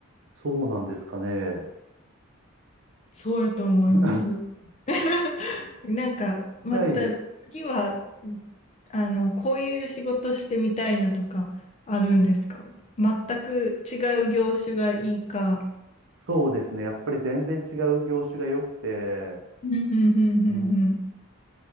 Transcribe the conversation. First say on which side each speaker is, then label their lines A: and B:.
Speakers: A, on the right (about 60°); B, on the left (about 30°).
A: そうなんですかね。
B: そうやと思います。
A: <laughs>
B: <laughs> なんか、また次は、
A: はい、
B: あの、こういう仕事してみたいなとかあるんですか全く違う業種がいいか。
A: そうですね。やっぱり全然違う業種が良くて、
B: うんうんうんうんうん。
A: うん